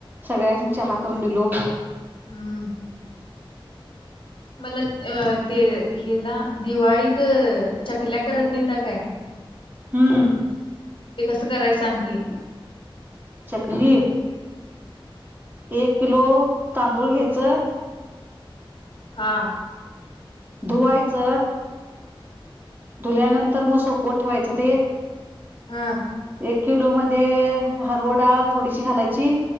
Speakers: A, on the right; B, on the left.
A: सगळ्यासनी चहा करून दिलो.
B: हम्म मला अ ते हिला दिवाळीत चकल्या करत नाहीता काय,
A: हम्म
B: ते कसं कराय सांग की,
A: चकली एक किलो तांदूळ घ्यायचं,
B: हा
A: धुवायचं, धुल्यानंतर मग सोकवत ठेवायचं ते,
B: हा
A: एक किलो मध्ये हरभरा डाळ थोडीशी घालायची.